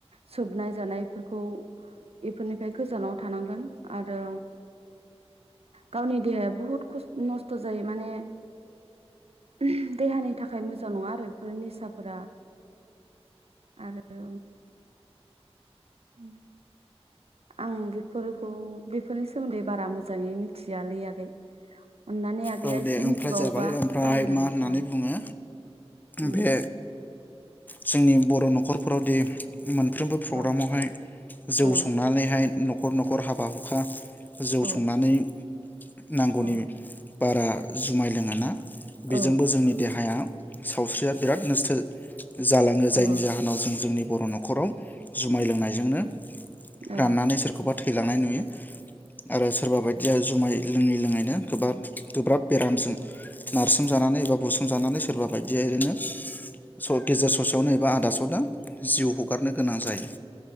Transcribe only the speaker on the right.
सोबनाय जानायफोरखौ एफोरनिफ्राय गोजानाव थानांगोन आरो गावनि देहाया बुहुद‌ खस-नस्थ जायो माने उम देहानि थाखाय मोजां नङा आरो बेफोर निसाफोरा आरो उम आं बेफोरखौ <unintelligible> फोरनि सोमोन्दै बारा मोजाङै मिथियालै आगै अन्नानै आगैया
एसे
मिथिबावोबा
फोरमायनो
हागोन।
ओ
उम
अ
औ
औ
औ
औ
अ
औ
औ